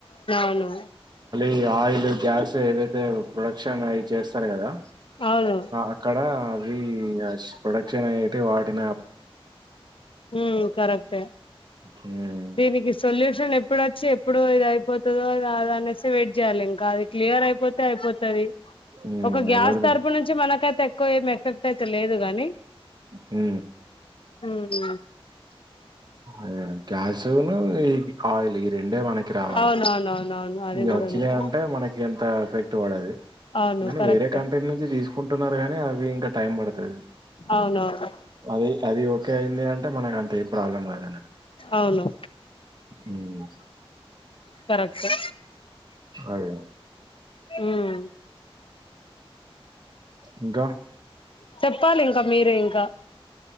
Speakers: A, on the left (about 60°); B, on the right (about 45°).
A: హలో
B: ఈ ఆయిల్ గ్యాస్ ఏదైతే ప్రొడక్షన్ అయి చేస్తారు కదా
A: అవును
B: అక్కడ అవి ప్రొడక్షన్ అయ్యేటి వాటిన
A: ఉమ్ కరెక్టే
B: హ్మ్
A: దీనికి సొల్యూషన్ ఎప్పుడోచ్చి ఎప్పుడు ఇది అయిపో తదో కాదో అనేసి వెయిట్ చేయాలి, ఇంకా అది క్లియర్ అయిపోతే అయిపోతది.
B: హ్మ్
A: ఒక గ్యాస్
B: ఎవరిది
A: తరపు నుంచి మనకైతే ఎక్కువ ఏం ఎఫెక్ట్ అయితే లేదు గాని
B: హు
A: ఉమ్
B: అదే గ్యాస్ ను ఈ ఆయిల్ రెండే మనకి రావాలి
A: అవునవునవునవును అది
B: ఇగ
A: కూడా
B: వచ్చినయంటే
A: ఉంది
B: మనకి అంత ఎఫెక్ట్ వడది
A: అవును
B: కానీ
A: కరెక్టే
B: వేరే కంట్రీ నుంచి తీసుకుంటున్నరు కాని అవి ఇంకా టైం బడు తది
A: అవునవును
B: అది అది ఓకే అయింది అంటే మనకు అంత ఏం ప్రాబ్లమ్ కాదనట్టు
A: అవును
B: ఉమ్
A: కరెక్టే
B: అదే
A: ఉమ్
B: ఇంకా
A: చెప్పాలి ఇంకా మీరే ఇంకా